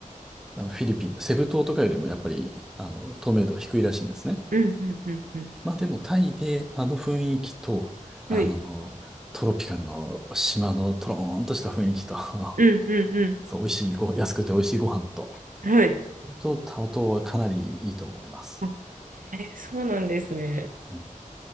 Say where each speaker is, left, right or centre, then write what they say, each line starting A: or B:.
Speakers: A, in the centre; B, on the right.
A: あのフィリピンのセブ島とかよりもやっぱり、あの、透明度は低いらしいんですね。
B: うん、うん、うん、うん。
A: まあでもタイであの雰囲気と、あの、
B: はい、
A: トロピカルの島のトローンとした雰囲気と <laughs>
B: うん、うん、う
A: そう、美味しいご、安くて美味しいご飯と、
B: ん。はい。
A: と、タオ島はかなりいいと思います。
B: あ、ええそうなんですね。
A: うん